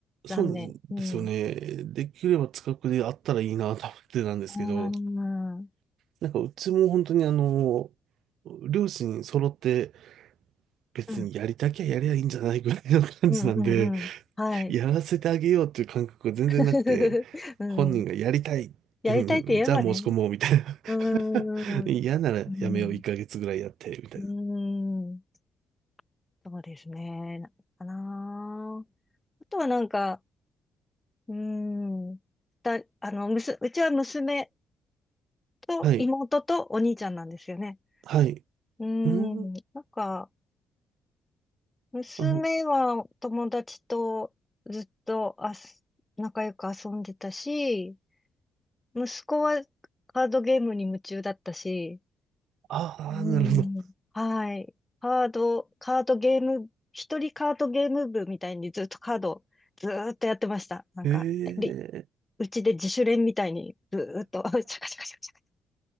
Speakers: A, on the left (about 15°); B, on the right (about 65°).
A: 残念。
B: そうですよね。
A: うん。
B: できれば近くであったらいいなと思ってたんですけど、
A: あー
B: なんかうちも本当にあの、両親揃って別にやりたきゃやりゃいいんじゃないぐらいの感じなんで、
A: うん。うん、うん、うん。はい。
B: やらせてあげようっていう感覚が全然なくて、
A: <laughs> うん。
B: 本人がやりたい、
A: やりたいって言えばね。
B: うん、じゃあ申し込もうみたいな。
A: うーん。
B: <laughs> 嫌ならやめよう、
A: うん。
B: 1ヶ月ぐらいやって、みたいな。
A: うーん。そうですね。なかな。あとはなんか、うーん。だ、あの、むす、うちは娘と妹とお兄ちゃんなんですよね。
B: はい、はい。
A: うーん。
B: うん、
A: なんか、娘は友達とずっとあす、
B: あの、
A: 仲良く遊んでたし、息子はカードゲームに夢中だったし、
B: ああ、
A: うん。
B: なるほど。
A: はい。カード、カードゲーム、一人カードゲーム部みたいにずっとカード、ずーっとやってました。なんか、
B: へ
A: り
B: え、
A: うちで自主練みたいにずーっと、<laughs> シャカシャカシャカシャカっ